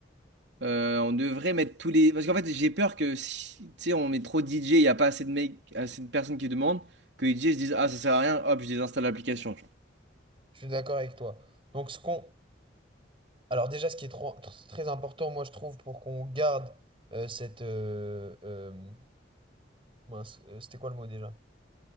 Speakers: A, on the right; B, on the right.
A: euh, on devrait mettre tous les. Parce qu'en fait, j'ai peur que si tu sais, on met trop de DJ, il n'y a pas assez de mecs, assez de personnes qui demandent, que les DJ se disent, Ah, ça sert à rien, hop, je désinstalle l'application.
B: Je suis d'accord avec toi. Donc, ce qu'on... Alors déjà, ce qui est trop- tr- très important, moi, je trouve, pour qu'on garde euh, cette... euh, euh, mince, euh, c'était quoi le mot déjà?